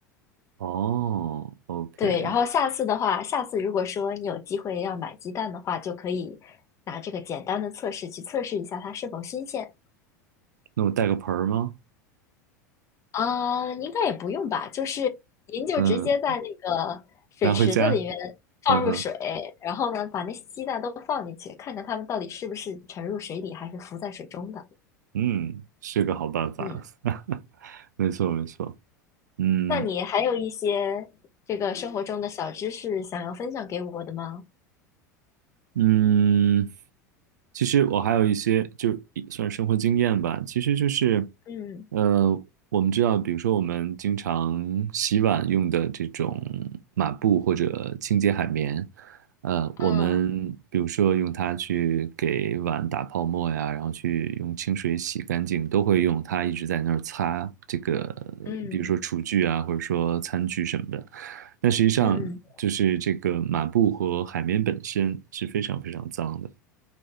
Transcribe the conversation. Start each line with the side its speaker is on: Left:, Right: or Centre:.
Right: 哦，OK，
Left: 对，然后下次的话，下次如果说你有机会要买鸡蛋的话，就可以拿这个简单的测试去测试一下它是否新鲜。
Right: 那我带个盆儿吗？
Left: 啊，应该也不用吧，就是您就直接在那个水池子里面
Right: 嗯，拿回家。
Left: 放入水，
Right: 嗯哼。
Left: 然后呢，把那些鸡蛋都放进去，看看它们到底是不是沉入水底，还是浮在水中的。
Right: 嗯，是个好办法。
Left: 嗯，
Right: <laughs> 没错，没错。嗯
Left: 那你还有一些这个生活中的小知识想要分享给我的吗？
Right: 嗯，其实我还有一些，就是算是生活经验吧。其实就是，
Left: 嗯
Right: 呃，我们知道，比如说我们经常洗碗用的这种抹布或者清洁海绵，呃，我们比如说用它去给碗打泡沫呀，
Left: 嗯
Right: 然后去用清水洗干净，都会用它一直在那儿擦这个，
Left: 嗯
Right: 比如说厨具啊，或者说餐具什么的。那实际上就是这个抹布和海绵本身是非常非常脏的。
Left: 嗯嗯，